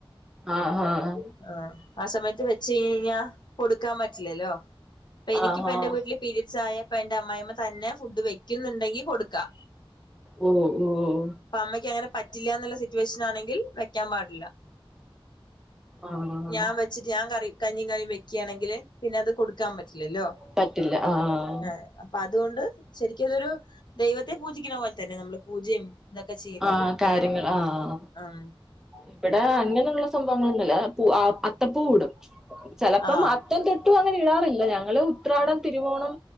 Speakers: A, in the centre; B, on the left.
A: ആഹ് ആഹ്
B: ആഹ ആ സമയത്ത് വെച്ച് കഴിഞ്ഞ് കഴിഞ്ഞാൽ കൊടുക്കാൻ പറ്റില്ലല്ലോ അപ്പൊ എനിക്കിപ്പ
A: ആഹ് ആഹ്
B: എന്റെ വീട്ടില് പീരിയഡ്സ് ആയ ഇപ്പൊ എന്റെ അമ്മായിമ്മ തന്നെ ഫുഡ് വെക്കുന്നുണ്ടെങ്കി കൊടുക്കാം
A: ഉം ഉം
B: അപ്പൊ അമ്മയ്ക്ക് അങ്ങനെ പറ്റില്ലന്നുള്ള സിറ്റുവേഷൻ ആണെങ്കിൽ വെക്കാൻ പാടില്ല
A: ആഹ്
B: ഞാൻ വ വച്ചിട്ട് ഞാൻ കറി കഞ്ഞിയും കറിയും വെക്ക്യാണെങ്കിൽ പിന്നെ അത് കൊടുക്കാൻ പറ്റില്ലല്ലോ
A: പറ്റില്ല ആഹ്
B: ആ അപ്പൊ അതുകൊണ്ട് ശരിക്കും ഇതൊരു ദൈവത്തെ പൂജിക്കുന്ന പോലെ തന്നെ നമ്മള് പൂജയും ഇതൊക്കെ ചെയ്യ്ണത്
A: ആഹ് കാര്യങ്ങൾ ആഹ്
B: ഉം
A: ഇവിടെ അങ്ങനെയുള്ള സംഭവങ്ങളൊന്നില്ല പൂ അത്തപ്പൂ ഇടും ചിലപ്പം
B: ആ
A: അത്തം തൊട്ടും അങ്ങനെ ഇടാറില്ല ഞങ്ങള് ഉത്രാടം
B: ഉം
A: തിരുവോണം